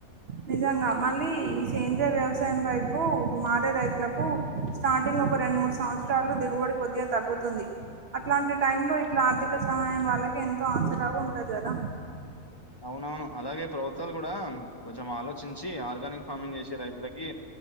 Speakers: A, on the right (about 45°); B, on the left (about 30°).
A: నిజంగా మళ్ళీ ఈ సేంద్రయ వ్యవసాయం వైపు మాడే రైతులకు స్టార్టింగ్ ఒక రెండు మూడు సంవత్సరాలు దిగుబడి కొద్దిగా తగ్గుతుంది అట్లాంటి టైము లో ఇట్లా ఆర్థిక సహాయం వాళ్ళకి ఎంతో ఆసరాగా ఉంటది కదా
B: అవునవును అలాగే ప్రభుత్వాలు కూడా కొంచెం ఆలోచించి ఆర్గానిక్ ఫార్మింగ్ చేసే రైతులకి